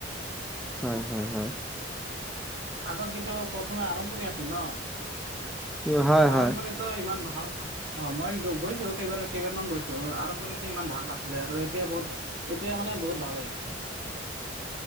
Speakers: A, in the centre; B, on the right (about 80°).
A: হয় হয় হয়।
B: আগত যিটো প্ৰথমে আৰম্ভণি আছিল ন-
A: হয় হয়
B: আৰম্ভণিত
A: হয়
B: ত ইমান ভাল- অ মই গৈছো কেইবাৰ কেইবাৰ মান গৈছো আৰম্ভণিত ইমান ভাল নাছিলে আৰু এতিয়া বহুত, এতিয়া মানে বহুত ভাল হৈ গৈছে।